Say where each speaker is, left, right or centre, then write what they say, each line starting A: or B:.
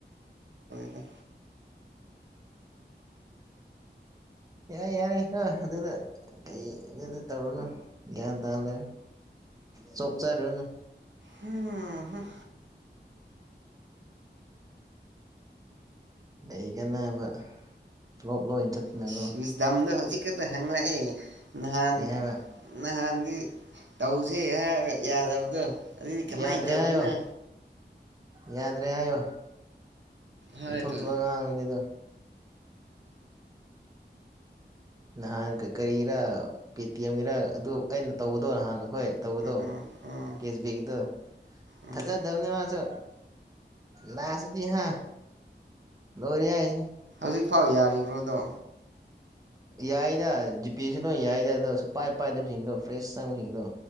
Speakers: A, on the right; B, on the right.
A: ꯑ
B: ꯌꯥꯔ ꯌꯥꯔꯦ ꯀꯣ ꯑꯗꯨꯗ ꯀꯩ ꯑꯗꯨꯗ ꯇꯧꯔꯨꯅꯨ ꯒ꯭ꯌꯥꯟ ꯇꯥꯍꯜꯂ ꯆꯣꯞꯆꯔꯨꯅꯨ
A: ꯍꯝ
B: ꯂꯩꯒꯅꯕ ꯁ꯭ꯂꯣꯞ ꯂꯣꯏ ꯆꯠꯇꯅꯀꯣ
A: ꯁꯁ ꯗꯝꯗ ꯍꯧꯖꯤ ꯗ ꯍꯦꯡꯅꯑ ꯅꯍꯥꯟ
B: ꯀꯩ ꯍꯥꯏꯕ
A: ꯅꯍꯥꯟ ꯇꯧꯁꯦ ꯍꯥꯏ ꯌꯥꯗꯕꯗꯣ ꯑꯗꯨ ꯀ
B: ꯌꯥꯗ꯭ꯔꯦ
A: ꯃꯥꯥꯏꯇꯧꯕꯟꯅ
B: ꯍꯥꯏꯌꯣ ꯌꯥꯗ꯭ꯔꯦ ꯍꯥꯏꯌꯣ
A: ꯍꯥꯏꯗꯨꯗꯤ
B: ꯑꯣꯏꯊꯣꯛꯇꯒ ꯉꯥꯡꯅꯤꯗ ꯅꯍꯥꯟ ꯀꯔꯤꯔ ꯄꯦ ꯇꯤ ꯑꯦꯝꯒꯤꯔ ꯑꯗꯨ ꯑꯩꯅ ꯇꯧꯕꯗꯣ ꯅꯍꯥꯟ ꯍꯈꯣꯏ ꯇꯧꯕꯗꯣ
A: ꯎꯝ ꯎꯝ
B: ꯀꯦꯁꯕꯦꯛꯗꯣ
A: ꯎꯝ
B: ꯊꯖ ꯙꯅꯤꯃꯁꯨ ꯂꯥꯁꯗꯤ ꯍꯥꯥ ꯂꯔꯤ ꯌꯥꯁꯤꯅꯤ
A: ꯍꯧꯖꯤꯛꯐꯥꯎ ꯌꯥꯔꯤꯕ꯭ꯔꯣꯗꯣ
B: ꯌꯥꯏꯗ ꯖꯤꯄꯦꯁꯨ ꯂꯣꯏ ꯌꯥꯏꯗ ꯑꯗꯣ ꯁꯨꯄꯥꯏ ꯄꯥꯏꯗꯕꯁꯤꯡꯗꯣ ꯐ꯭ꯔꯦꯁ ꯆꯪꯕꯁꯤꯡꯗꯣ